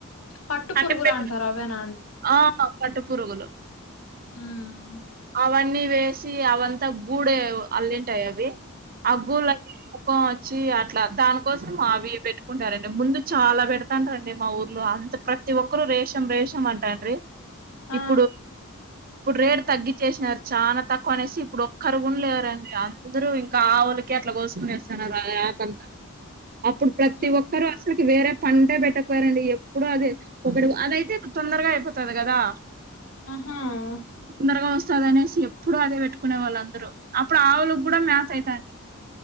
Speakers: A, on the left; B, on the right.
A: పట్టు
B: అంటే
A: పురుగులు అంటారు అవేనా
B: ఆ కట్ట పురుగులు
A: ఉహు
B: అవన్నీ వేసి అవంతా గూడే అల్లింటాయి అవి ఆ గూలన్ని వచ్చి అట్లా దానికోసం మావి పెట్టు ఉంటారండి ముందు చాలా పెడతాంట రండి మా ఊర్లో అంత ప్రతి ఒక్కరు రేషం రేషం అంటండ్రి
A: ఆ!
B: ఇప్పుడు ఇప్పుడు రేటు తగ్గి చేసినారు చాలా తక్కువ అనేసి ఇప్పుడు ఒక్కరుగున లేరండి అందరు ఇంకా ఆవులకి అట్లా కోసుకుని వేస్తన్నారు ఆ ఆకంతా అప్పుడు ప్రతి
A: హ్మ్.
B: ఒక్కరు అసలుకి వేరే పంటే పెట్టకపోయారండి ఎప్పుడు అది కొబడి అదైతే తొందరగా అయిపోతది కదా
A: ఆహా! ఓకే.
B: తొందరగా వస్తది అనేసి ఎప్పుడు అదే పెట్టుకునే వాళ్ళు అందరూ ఆవులు కూడా మ్యాత అయితాం